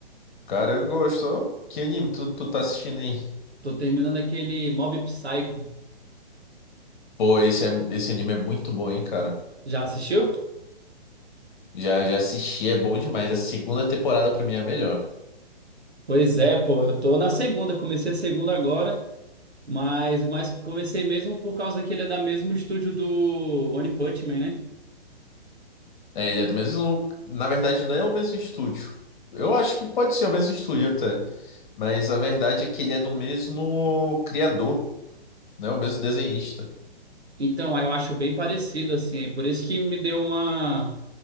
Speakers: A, on the left (about 50°); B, on the right (about 80°).
A: Cara, eu gosto. ó. Que anime tu, tu tá assistindo aí?
B: Tô terminando aquele Mob Psycho.
A: Pô, esse, é- esse anime é muito bom, hein, cara.
B: Já assistiu?
A: Já, já assisti, é bom demais. A segunda temporada pra mim é a melhor.
B: Pois é, pô, eu tô na segunda, comecei a segunda agora, mas, mas comecei mesmo por causa que ele é da mesmo estúdio do One Punch Man, né?
A: É, ele é do mesmo. Na verdade, não é o mesmo estúdio. Eu acho que pode ser o mesmo estúdio até. Mas a verdade é que ele é do mesmo criador, né? O mesmo desenhista.
B: Então, aí eu acho bem parecido, assim, é por isso que me deu uma...